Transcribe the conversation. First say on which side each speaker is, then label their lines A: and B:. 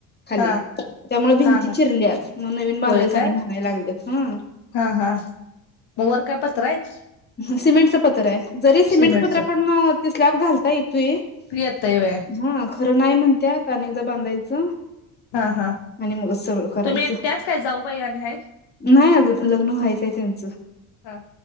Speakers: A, on the left; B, on the left.
A: खाली.
B: हा
A: त्यामुळे भिंती
B: हा हा
A: चिरल्यात मग, नवीन बांधाया
B: होय
A: सांगल
B: काय
A: आणि म्हणायला लागलेत. हं.
B: हा हा. वर काय पत्रा आयेत?
A: सिमेंटचं पत्र आहे. जरी सिमेंटचं
B: सिमेंटच
A: पत्र काढून स्लॅब घालता येतोय. <inaudible>
B: येतय व्हय
A: हा खरं नाही म्हणत्यात, कारण एकदा बांधायचं.
B: हा हा.
A: आणि मगच
B: <inaudible>
A: सगळं करायचं
B: तुम्ही एकट्याच काय जाऊ आणि आहेत?
A: नाही अजून, लग्न व्हायचंय त्यांचं.
B: आहेत